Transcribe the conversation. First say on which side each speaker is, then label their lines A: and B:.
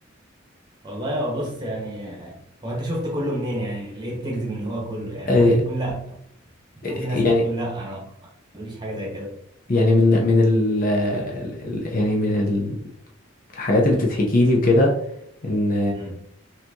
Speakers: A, on the right; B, on the left.
A: والله يا بص يعني هو انت شفت كله منين يعني ليه بتكذب ان هو كله يعني
B: آه،
A: ممكن يكون لا يكون
B: آه،
A: في ناس بتقول
B: يعني
A: لا انا ما ماليش حاجه زي كده
B: يعني من من ال ال- يعني من ال- الحاجات اللي بتتحكي لي وكده ان
A: امم